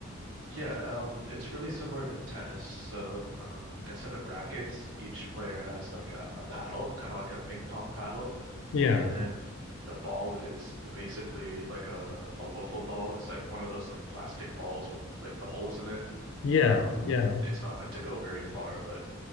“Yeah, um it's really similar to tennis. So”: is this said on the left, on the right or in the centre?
Right